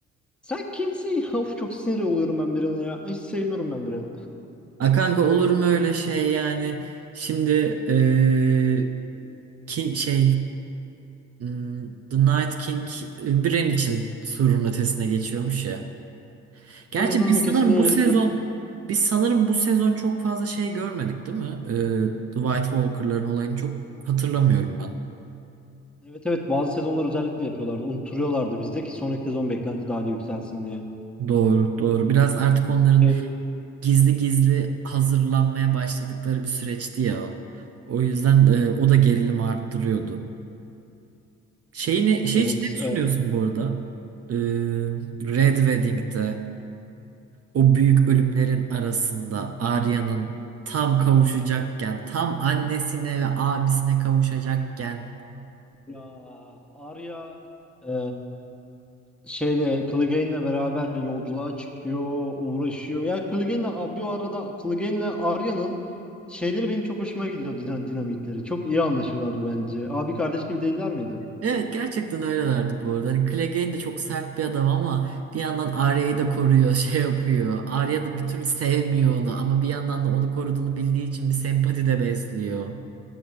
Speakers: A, in the centre; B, on the right.
A: Sen kimsin ya? Of çok sinir oluyorum ben birine ya. Hiç sevmiyorum ben birini.
B: A kanka olur mu öyle şey yani? Şimdi ee, ki şey hmm, The Night King e, Bran için surun ötesine geçiyormuş ya. Gerçi
A: Hı hı
B: biz sanırım
A: kesin öyledir.
B: bu sezon biz sanırım bu sezon çok fazla şey görmedik değil mi? Ee, Dwight Walker'ların olayını çok hatırlamıyorum ben.
A: Evet evet bazı sezonlar özellikle yapıyorlardı. Unutturuyorlardı bize ki sonraki sezon beklenti daha da yükselsin diye.
B: Doğru, doğru. Biraz artık onların
A: E,
B: gizli gizli hazırlanmaya başladıkları bir süreçti ya o. O yüzden e, o da gerilimi arttırıyordu. Şeyini, şey
A: Evet.
B: için ne düşünüyorsun
A: e,
B: bu arada? Ee, Red Wedding'de o büyük ölümlerin arasında Arya'nın tam kavuşacakken, tam annesine ve abisine kavuşacakken.
A: ya Arya e, şeyle Clegane'le beraber yolculuğa çıkıyor, uğraşıyor. Ya Clegane'le a- bir arada Clegane'le Arya'nın şeyleri benim çok hoşuma gidiyor dina- dinamikleri. Çok iyi anlaşıyorlardı bence. Abi kardeş gibi değiller miydi?
B: Evet gerçekten öylelerdi bu arada. Hani Clegane de çok sert bir adam ama bir yandan Arya'yı da koruyor, <laughs> şey yapıyor. Arya da bir türlü sevmiyor onu ama bir yandan da onu koruduğunu bildiği için bir sempati de besliyor.